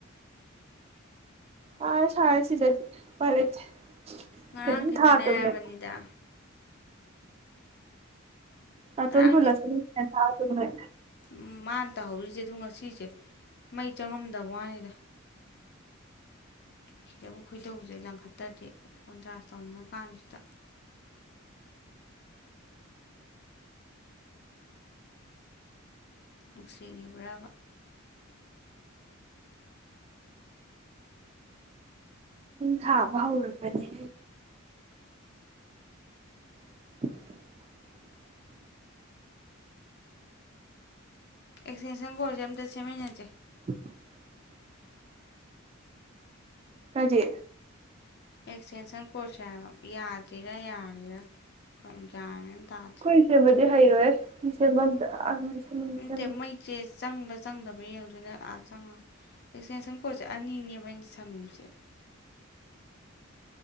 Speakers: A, on the right (about 30°); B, on the left (about 55°).
A: ꯁꯥꯔꯦ ꯁꯥꯔꯦ ꯁꯤꯗꯗꯤ ꯎꯄꯥꯏ ꯂꯩꯇꯦ
B: ꯉꯔꯥꯡ
A: ꯀꯩꯅꯣꯝ
B: ꯈꯤꯇꯅꯦ
A: ꯊꯥꯗꯧꯅꯦ
B: ꯍꯥꯏꯕꯅꯤꯗ
A: ꯅꯥꯇꯣꯟ
B: ꯉꯔꯥꯡ
A: ꯐꯨꯜꯂꯁꯨ ꯑꯗꯨꯝ ꯐꯦꯟ ꯊꯥꯔ ꯇꯨꯝꯃꯦ
B: ꯎꯝ ꯃꯥꯅ ꯇꯍꯧꯔꯤꯁꯦ ꯑ ꯉꯁꯤꯁꯦ ꯃꯩ ꯆꯪꯉꯝꯗꯕ ꯋꯥꯅꯤꯗ ꯁꯤꯗꯕꯨ ꯈꯣꯏꯗꯧꯁꯦ ꯂꯪꯈꯠꯇ꯭ꯔꯗꯤ ꯐꯣꯟ ꯆꯥꯥꯔꯁ ꯇꯧꯅꯤꯡꯉꯀꯥꯟꯁꯤꯗ ꯅꯨꯡꯁꯤꯔꯤꯕ꯭ꯔꯕ
A: ꯊꯥꯕꯥ ꯍꯧꯔꯒꯗꯤ <inaudible>
B: ꯑꯦꯛꯁꯇꯦꯟꯁꯟ ꯀꯣꯠꯁꯦ ꯑꯝꯇ ꯁꯦꯝꯃꯤꯟꯅꯁꯦ
A: <inaudible> ꯀꯔꯤ
B: ꯑꯦꯛꯁꯇꯦꯟꯁꯟ ꯀꯣꯔꯠꯁꯦ ꯍꯥꯏꯕ ꯌꯥꯗ꯭ꯔꯤꯔꯥ ꯌꯥꯔꯤꯔꯥ ꯀꯩꯅꯣ ꯒ꯭ꯌꯥꯟ ꯃꯦꯟ ꯑꯃ ꯇꯥꯗ꯭ꯔꯦ
A: ꯈꯣꯏ ꯁꯦꯝꯃꯦ ꯍꯩꯔꯣꯏꯍꯦ ꯁꯦꯝꯐꯝꯗ ꯑꯥ ꯁꯦꯝꯕ
B: ꯎ
A: ꯁꯦꯝꯕ
B: ꯇꯦ ꯃꯩꯆꯦꯁ ꯆꯪꯕ ꯆꯪꯗꯕ ꯌꯦꯡꯗꯣꯏꯅꯦ ꯑꯥ ꯆꯪꯉ ꯑꯦꯛꯁꯇꯦꯟꯁꯟ ꯀꯣꯠꯁꯦ ꯑꯅꯤꯅꯦꯕ ꯑꯩꯅ ꯆ ꯊꯝꯃꯤꯁꯦ